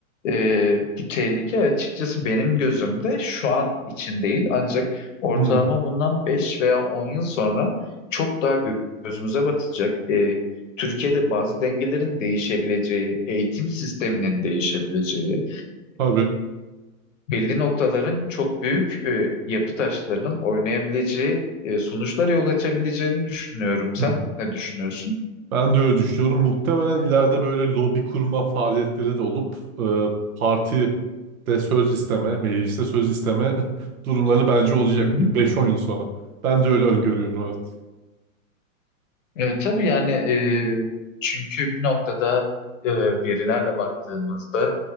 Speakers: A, on the left; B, on the right.
A: e, bu tehlike açıkçası benim gözümde şu an için değil ancak ortalama
B: Hı,
A: bundan 5 veya 10 yıl sonra çok daha gö- gözümüze batacak. E, Türkiye'de bazı dengelerin değişebileceği, eğitim sisteminin değişebileceği,
B: tabii.
A: belli noktaların çok büyük e, yapı taşlarının oynayabileceği e, sonuçlara yol açabileceğini düşünüyorum. Sen
B: <laughs>
A: ne düşünüyorsun?
B: Ben de öyle düşünüyorum. Muhtemelen ileride böyle lobi kurma faaliyetleri de olup e, parti de söz isteme, mecliste söz isteme <laughs> durumları bence olacak
A: Hı hı.
B: bir beş-on yıl sonra. Ben de öyle öngörüyorum evet.
A: E, tabii yani e, çünkü bir noktada e, verilerle baktığımızda